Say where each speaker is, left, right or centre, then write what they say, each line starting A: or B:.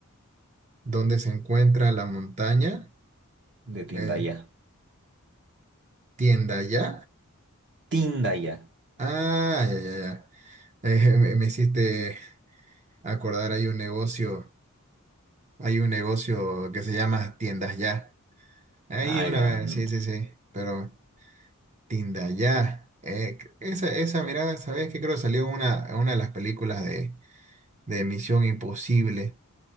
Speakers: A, on the right (about 30°); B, on the right (about 55°).
A: ¿Dónde se encuentra la montaña?
B: De Tindaya.
A: Eh, tienda ya.
B: Tindaya.
A: Ah, ya, ya, ya. Eh, <laughs> me, me hiciste acordar, hay un negocio, hay un negocio que se llama Tiendas Ya. Ahí
B: Ah,
A: una
B: ya.
A: vez,
B: mm,
A: sí, sí, sí. Pero Tienda Ya. eh, esa, esa mirada, ¿sabes qué? Creo que salió en una, en una de las películas de, de Misión Imposible